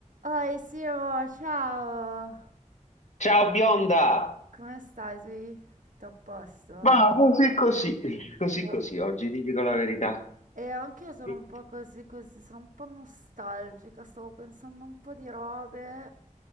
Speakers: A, on the right; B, on the left.
A: Oi Siro, ciao!
B: Ciao bionda!
A: Come stai? Sei tutto a posto?
B: Ma così così, così
A: Oh.
B: così oggi, ti dico la verità.
A: E anch'io sono
B: Sì.
A: un po' così così, sono un po' nostalgica, stavo pensando a un po' di robe,